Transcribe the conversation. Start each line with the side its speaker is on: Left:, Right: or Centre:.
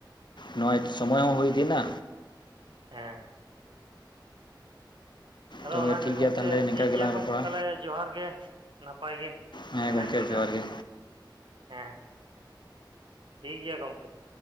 Left: ᱱᱚᱜ-ᱟᱭ ᱥᱚᱢᱚᱭ ᱦᱚᱸ ᱦᱩᱭᱤᱫᱤ ᱭᱮᱱᱟ᱾
Right: ᱦᱮᱸ ᱟᱫᱚ
Left: ᱛᱚ
Right: ᱚᱱᱟᱜᱮ
Left: ᱴᱷᱤᱠ
Right: ᱜᱚᱢᱠᱮ
Left: ᱜᱮᱭᱟ ᱛᱟᱦᱚᱞᱮ ᱱᱤᱝᱠᱟ
Right: ᱴᱷᱤᱠ ᱜᱮᱭᱟ
Left: ᱜᱮᱞᱟᱝ
Right: ᱜᱚᱢᱠᱮ
Left: ᱨᱚᱯᱚᱲᱟ
Right: ᱛᱟᱦᱚᱞᱮ ᱡᱚᱦᱟᱨ ᱜᱮ ᱱᱟᱯᱟᱭ ᱜᱮ
Left: ᱦᱮᱸ
Right: ᱛᱟᱦᱮᱱ
Left: ᱜᱚᱝᱠᱮ
Right: ᱵᱤᱱ
Left: ᱡᱚᱦᱟᱨ
Right: ᱟᱨ ᱾
Left: ᱜᱮ
Right: ᱦᱮᱸ, ᱴᱷᱤᱠ ᱜᱮᱭᱟ ᱜᱚᱝᱠᱮ ᱾